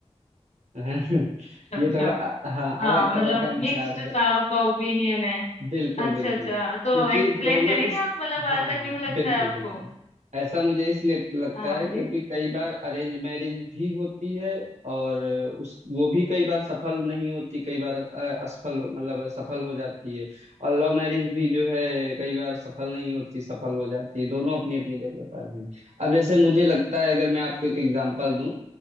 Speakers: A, on the right (about 75°); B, on the left (about 75°).
A: है <laughs>
B: अच्छा
A: ये
B: अच्छा
A: थोड़ा अ, हाँ
B: हाँ
A: अलग
B: मतलब
A: तरह का
B: मिक्स्ड
A: विचार है।
B: सा आपका ओपिनियन है
A: बिल्कुल
B: अच्छा
A: बिल्कुल
B: अच्छा तो
A: क्योंकि
B: एक्सप्लेन
A: दोनों
B: करेंगे
A: इस
B: आप मतलब
A: हाँ
B: ऐसा
A: हाँ
B: क्यों लगता
A: बिल्कुल
B: है आपको
A: बिल्कुल ऐसा मुझे इसलिए लगता
B: हाँ
A: है
B: बोलिए
A: क्योंकि कई बार अरेंज मैरिज भी होती है और उस वो भी कई बार सफल नहीं होती कई बार अ, असफल मतलब सफल हो जाती है और लव मैरिज भी जो है कई बार सफल नहीं होती सफल हो जाती है दोनों अपनी अपनी जगह पर हैं अब जैसे मुझे लगता है अगर मैं आपको एक एग्जांपल दूं